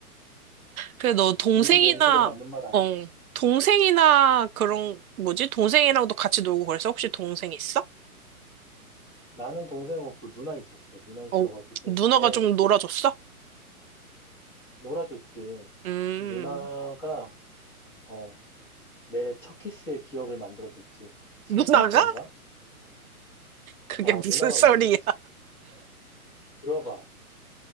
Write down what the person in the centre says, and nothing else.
이웃 왼수가 맞는 말 아니?
나는 동생 없고 누나 있었어 누나 있어가지고
내
놀아줬지
누나가 어 내 첫 키스의 기억을 만들어줬지
세
살 땐가
어
누나가
만들어줬어 이러봐